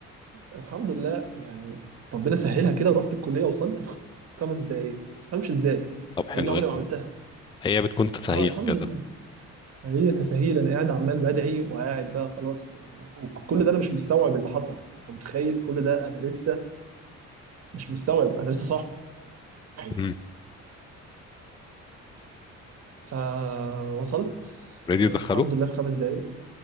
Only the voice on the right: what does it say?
الحمد لله يعني ربنا سهلها كده ورحت الكليه وصلت في خمس دقايق ما تفهمش ازاي
مع اني عمري
ما عملتها
اه الحمد
لله هي تساهيل انا قاعد عمال بدعي وقاعد بقى خلاص يعني وكل ده انا مش مستوعب اللي حصل انت متخيل كل ده انا لسه مش مستوعب انا لسه صاحي
فوصلت
آه،
الحمد لله في خمس دقايق